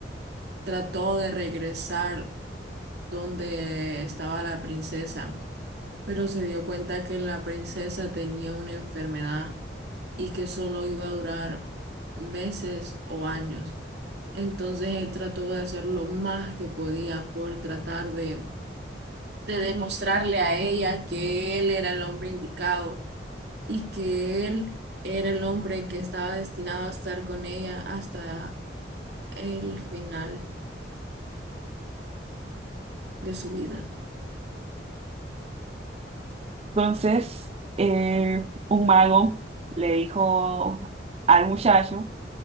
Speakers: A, on the right; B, on the right.
A: trató de regresar donde estaba la princesa, pero se dio cuenta que la princesa tenía una enfermedad y que solo iba a durar meses o años. Entonces él trató de hacer lo más que podía por tratar de, de demostrarle a ella que él era el hombre indicado y que él era el hombre que estaba destinado a estar con ella hasta el final de su vida.
B: Entonces, eh, un mago le dijo al muchacho